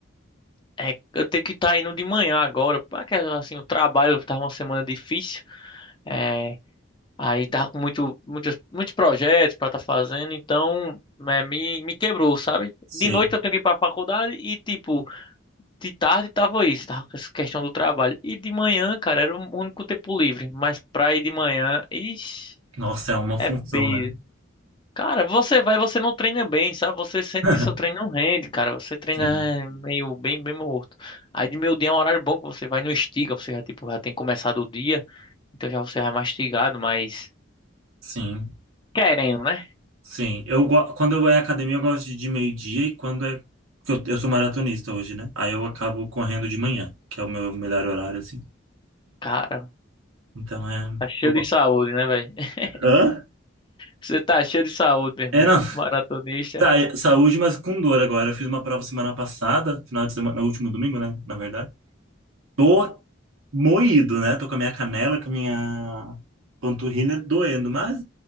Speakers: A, on the left (about 25°); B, on the right (about 80°).
A: É, eu tenho que estar indo de manhã agora, porque assim, o trabalho tá uma semana difícil, é, aí tá com muito, muitos, muitos projetos para estar fazendo, então é, me, me quebrou, sabe?
B: sim.
A: De noite eu tenho que ir para a faculdade e, tipo, de tarde tava isso, tava com essa questão do trabalho. E de manhã, cara, era o único tempo livre, mas pra ir de manhã, ixi,
B: Nossa, é uma função,
A: é peso.
B: né?
A: Cara, você vai, você não treina bem, sabe? Você sente
B: <laughs>
A: que seu treino não rende, cara. Você treina
B: Sim,
A: eh, meio bem, bem morto. Aí de meio dia é um horário bom que você vai no estiga, você já tipo já tem começado o dia, então já você vai mastigado, mas
B: sim,
A: querendo, né?
B: sim. Eu, go- quando eu é academia, eu gosto de, de meio-dia e quando é. porque Eu, eu sou maratonista hoje, né? Aí eu acabo correndo de manhã, que é o meu melhor horário, assim.
A: Cara,
B: Então é.
A: tá cheio
B: eu gosto.
A: de saúde, né, velho? <laughs>
B: Hã?
A: Você tá cheio de saúde, meu irmão,
B: É, não.
A: maratonista.
B: Sa- saúde, mas com dor agora. Eu fiz uma prova semana passada, final de semana, no último domingo, né? Na verdade. Tô moído, né? Tô com a minha canela, com a minha panturrilha doendo, mas